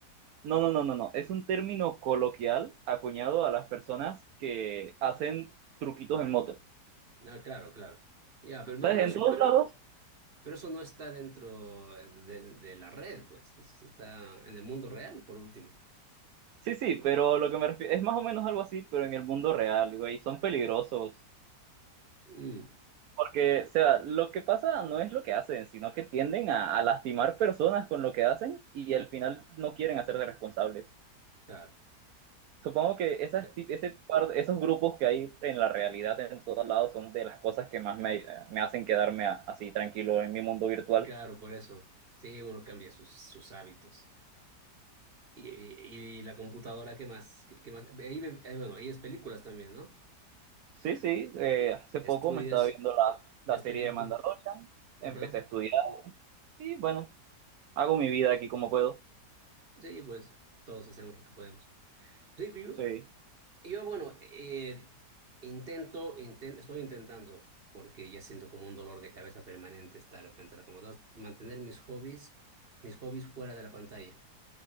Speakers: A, on the right (about 65°); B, on the right (about 35°).
A: no, no, no, no, no. Es un término coloquial acuñado a las personas que hacen truquitos en moto.
B: Ah, claro, claro. Ya, pero,
A: ¿Sabes?
B: no, pero
A: En
B: eso,
A: todos
B: pero,
A: lados.
B: pero eso no está dentro de, de la red, pues, eso está en el mundo real, por último.
A: Sí, sí, pero lo que me refiero es más o menos algo así, pero en el mundo real, güey, son peligrosos.
B: Mm,
A: Porque, o sea, lo que pasa no es lo que hacen, sino que tienden a, a lastimar personas con lo que hacen y al final no quieren hacerse responsables.
B: claro,
A: Supongo que esas,
B: ca-
A: ti- ese par- esos grupos que hay en la realidad en todos lados son de las cosas que más me, me hacen quedarme a- así tranquilo en mi mundo virtual.
B: claro, por eso. Sí, uno cambia sus, sus hábitos. Y, y- la computadora, ¿qué más? ¿Qué, qué más? Ahí, ve- eh, bueno, ahí es películas también, ¿no?
A: Sí, sí, eh, hace poco
B: Estudias,
A: me estaba viendo la,
B: ves
A: la serie
B: películas.
A: de Mandalorian,
B: Ajá.
A: empecé a estudiar y bueno, hago mi vida aquí como puedo.
B: Sí, pues todos hacemos lo que podemos. Sí, yo,
A: Sí.
B: yo bueno, eh, intento, inten- estoy intentando, porque ya siento como un dolor de cabeza permanente estar frente a la computadora, mantener mis hobbies, mis hobbies fuera de la pantalla,